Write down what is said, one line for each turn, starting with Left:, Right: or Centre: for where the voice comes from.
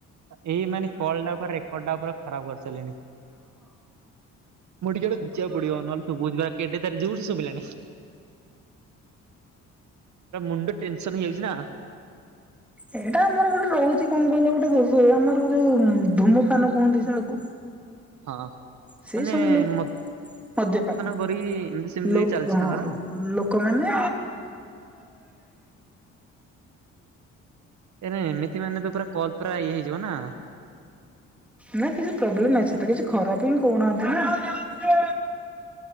Right: ଏଇ ମାନେ କଲଟା ପୁରା ରେକଡ ଖରାପ କରିସାରିଲେଣି ଟିକେ ଘୁନଚିବାକୁ ପଡିବ ନହଲେ ଜୁର ସେ ଶୁଭିଲାଣି ମୁଣ୍ଡ ଟେନସନ ହେଇଯାଉଛି ନା।
Centre: ଏଇଟା ଆମର ଗୋଟେ ରହୁଛି କଙ୍ଗଲ ଗୋଟେ ଦୋଷ ଆମର ଯୋଉ ଧୂମପାନ କୁହନ୍ତି ଯହାକୁ
Right: ହଁ।
Centre: ସେଇ
Right: ମାନେ
Centre: ସବୁ ଲ
Right: ମ
Centre: ମଦ୍ୟପାନ
Right: କରି ଏମିତି ସେମିତି
Centre: ଲ
Right: ଚାଲିଛି ତାଙ୍କର।
Centre: ହଁ ଲୋକମାନେ
Right: ଏରେ ଏମିତି ମାନେ ତ ପୁରା କଲ୍ ପୁରା ଇଏ ହେଇଯିବ ନା।
Centre: ନା କିଛି ପ୍ରୋବ୍ଲେମ ଅଛି ତ କିଛି ଖରାପ ହିଁ କହୁନାହାନ୍ତି ନା।